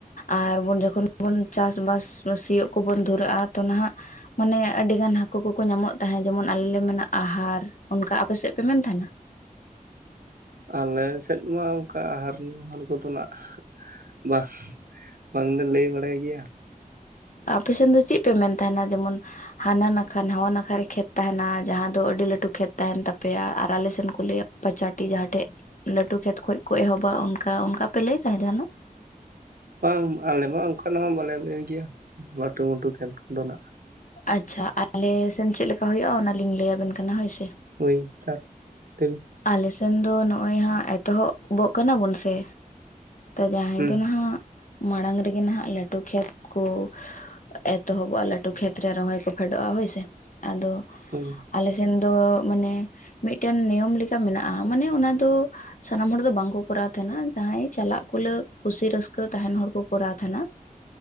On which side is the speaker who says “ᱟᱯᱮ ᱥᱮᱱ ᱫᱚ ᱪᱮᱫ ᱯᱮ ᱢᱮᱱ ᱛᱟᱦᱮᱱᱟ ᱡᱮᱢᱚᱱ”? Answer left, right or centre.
Left